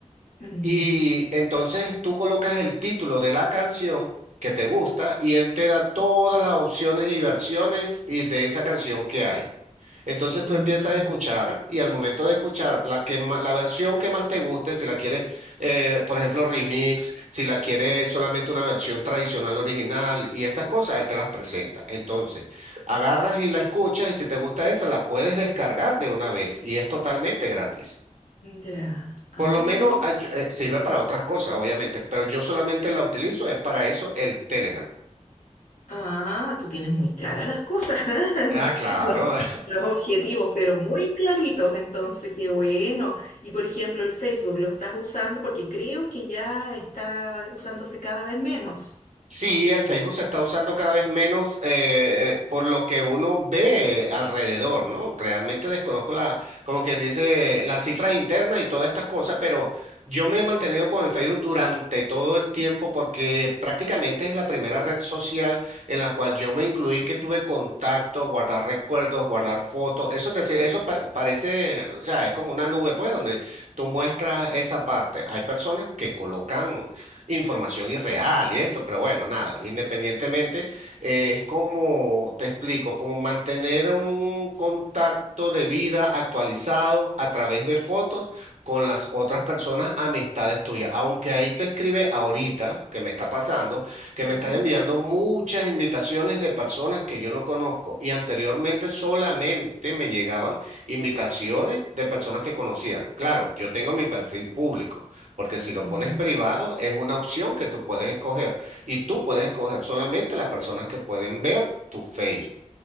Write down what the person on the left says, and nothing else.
Mm,
Ya,
mm,
ya, ah,
mira.
Ah, tú tienes muy claras las cosas, <laughs>
los, los objetivos, pero muy claritos, entonces, qué bueno. Y por ejemplo, el Facebook, ¿lo estás usando? Porque creo que ya está usándose cada vez menos.
<clears throat>
Ujú.
Mm,